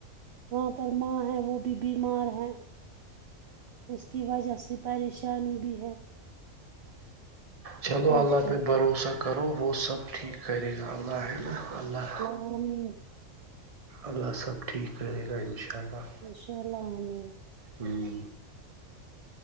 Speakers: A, on the right; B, on the right.
A: وہاں پر ماں ہے وہ بھی بیمار ہے اس کی وجہ سے پریشانی بھی ہے
B: چلو
A: کیا
B: اللہ
A: کریں
B: پہ بھروسہ کرو وہ سب ٹھیک کرے گا اللہ ہے نا اللہ
A: ا مین
B: اللہ سب ٹھیک کرے گا ان شاء اللہ
A: ان شاء الامن
B: ہوں